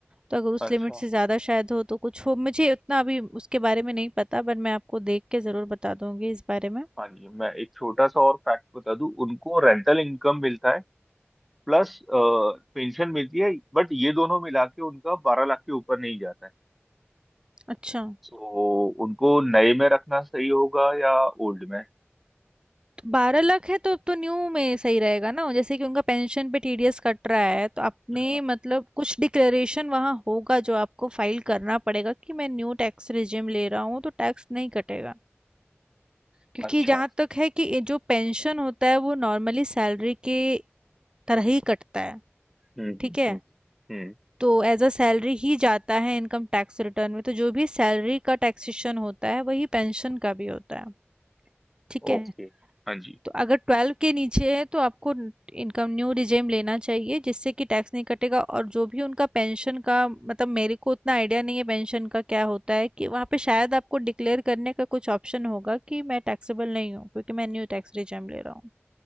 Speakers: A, on the right; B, in the centre.
A: तो अगर उस
B: हैं अच्छा
A: लिमिट से ज़्यादा शायद हो तो कुछ हो मुझे उतना अभी उसके बारे में नहीं पता बट मैं आपको देख के ज़रूर बता दूंगी इस बारे में
B: हाँ जी मैं एक छोटा सा और फैक्ट बता दूं उनको रेंटल इनकम मिलता है प्लस पेंशन मिलती है बट ये दोनों मिला के उनका बारह लाख के ऊपर नहीं जाता है
A: अच्छा
B: तो उनको नए में रखना सही होगा या ओल्ड में
A: तो बारह लाख है तो अब तो न्यू में सही रहेगा ना जैसे कि उनका पेंशन पे टीडीएस कट रहा है तो आपने
B: हाँ
A: मतलब कुछ डिक्लेरेशन वहाँ होगा जो आपको फाइल करना पड़ेगा कि मैं न्यू टैक्स रिजिम ले रहा हूँ तो टैक्स नहीं कटेगा क्योंकि
B: अच्छा
A: जहाँ तक है कि ये जो पेंशन होता है वो नॉर्मली सैलरी के तरह ही कटता है
B: हम्म
A: ठीक
B: हम्म
A: है
B: हम्म हम्म,
A: तो एज अ सैलरी ही जाता है इनकम टैक्स रिटर्न में तो जो भी सैलरी का टैक्सेशन होता है वही पेंशन का भी होता है ठीक है
B: ओके हाँ जी
A: तो अगर ट्वेल्व के नीचे है तो आपको इनकम न्यू रिजेम लेना चाहिए जिससे कि टैक्स नहीं कटेगा और जो भी उनका पेंशन का मतलब मेरे को उतना आइडिया नहीं है पेंशन का क्या होता है कि वहाँ पे शायद आपको डिक्लेयर करने का कुछ ऑप्शन होगा कि मैं टैक्सेबल नहीं हूँ क्योंकि मैं न्यू टैक्स रिजेम ले रहा हूँ